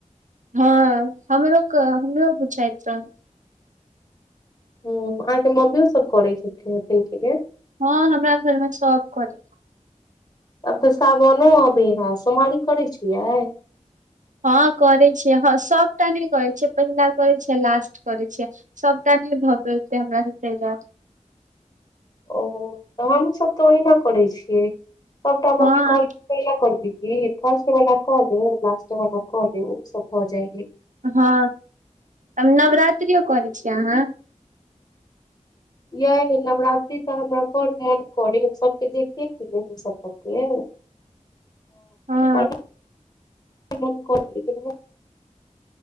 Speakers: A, on the right (about 75°); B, on the left (about 30°).
A: हँ हमरो क हमरो बुझाइत रहै
B: हूँ अहाँके मम्मियो सब करै छथिन हथिन के
A: हँ हमरा घरमे सब करै
B: तब तऽ सावनो आबै है सोमारी करै छियै
A: हँ करै छियै हँ सभटा नहि करै छियै पहिला करै छियै लास्ट करै छियै सभटा नहि भऽ पतै हमरा
B: ओ तऽ हमहुँसभ तऽ ओहिना करै छियै सबटा
A: हँ
B: मम्मी कहलकै कहिला करबिहीं फर्स्ट वला के लेब लास्ट वला क लेब ओहि स भ जाइ हइ
A: हँ अब नवरात्रिओ करै छी अहाँ
B: यैय नवरात्रि तऽ हमरा बड़ मोन करै हम सभके देखेके <unintelligible> तऽ
A: हँ
B: बड्ड <unintelligible>